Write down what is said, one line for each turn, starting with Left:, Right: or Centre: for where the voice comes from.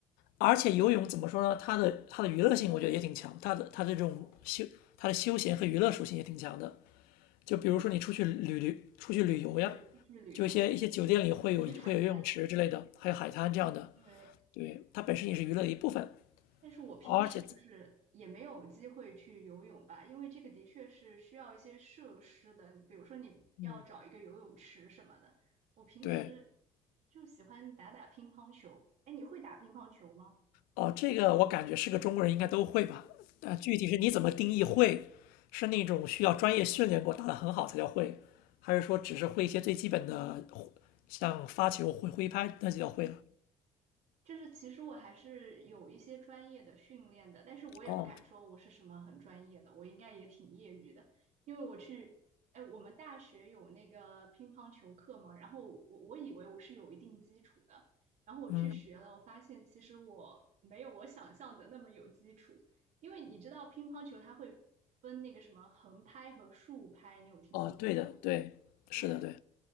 Left: 而且游泳怎么说呢？它的它的娱乐性我觉得也挺强，它的它的这种休它的休闲和娱乐属性也挺强的。
Right: 哦，
Left: 就比如说你出去旅旅出去旅游呀，
Right: 对，出去旅游，
Left: 就一些一些酒店里会有会有游泳池之类的，
Right: 去海滩里面。
Left: 还有海滩这样的。
Right: 对。
Left: 对，它本身也是娱乐的一部分，
Right: 但是我平时就是也没有机会去游泳吧，
Left: 而且
Right: 因为这个的确是需要一些设施的。你比如说，你要找一个游泳池什么的。
Left: 嗯，
Right: 我平时
Left: 对
Right: 就喜欢打打乒乓球。哎，你会打乒乓球吗？
Left: 哦，这个我感觉是个中国人应该都会吧？但具体是你怎么定义会，是那种需要专业训练过打得很好才叫会，还是说只是会一些最基本的，像发球、挥挥拍那就叫会了？
Right: 就是其实我还是有一些专业的训练的，但是我也不敢说我是什么很专业的，
Left: 哦，
Right: 我应该也挺业余的，因为我去，哎，我们大学有那个乒乓球课嘛，然后我我以为我是有一定基础的，然后我去学了，
Left: 嗯，
Right: 我发现其实我没有我想象的那么有基础，因为你知道乒乓球它会分那个什么横拍和竖拍，你有听说过吗？
Left: 哦，对的，对，是的，
Right: 对。
Left: 对。